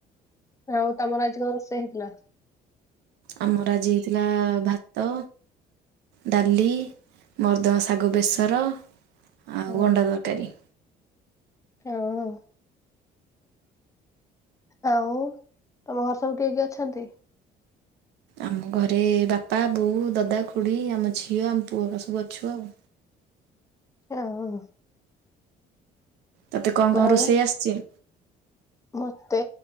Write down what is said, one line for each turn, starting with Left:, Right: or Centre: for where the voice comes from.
Left: ଆଉ ତମର ଆଜି ଘ ରୋଷେଇ ହେଇଥିଲା?
Right: ଆମର ଆଜି ହେଇଥିଲା ଭାତ। ଡାଲି, ମର୍ଦଙ୍ଗା ଶାଗ, ବେସର ଆଉ
Left: ହଁ
Right: ଅଣ୍ଡା ତରକାରୀ।
Left: ହଁ। ଆଉ ତମ ଘର ସବୁ କିଏ କିଏ ଅଛନ୍ତି?
Right: ଆମ ଘରେ ବାପା, ବୋଉ, ଦାଦା, ଖୁଡ଼ି ଆମ ଝିଅ ଆମ ପୁଅ ହକ ସବୁ ଅଛୁ ଆଉ।
Left: ଯା ହଉ।
Right: ତତେ କଣ କଣ
Left: ଆଉ
Right: ରୋଷେଇ ଆସିଛି?
Left: ମତେ